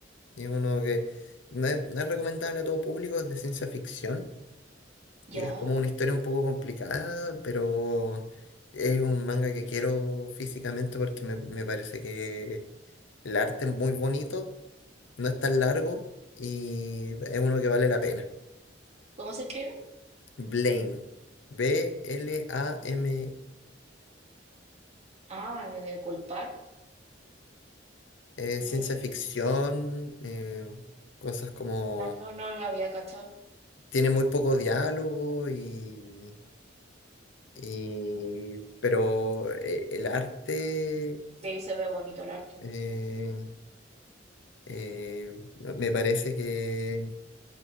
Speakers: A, on the left (about 80°); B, on the right (about 35°).
A: Es uno que no es, no es recomendable a todo público, es de ciencia ficción
B: ¿Ya?
A: y es como una historia un poco complicada, pero es un manga que quiero físicamente porque me, me parece que el arte es muy bonito, no es tan largo y es uno que vale la pena.
B: ¿Cómo se escribe?
A: Blame. B-L-A-M-E.
B: Ah, de culpar.
A: eh, ciencia
B: Mm,
A: ficción, eh, cosas como...
B: ah, no, no lo había cachado.
A: Tiene muy poco diálogo y... y- pero eh, el arte
B: Sí, se ve bonito el arte.
A: eh, eh, me parece que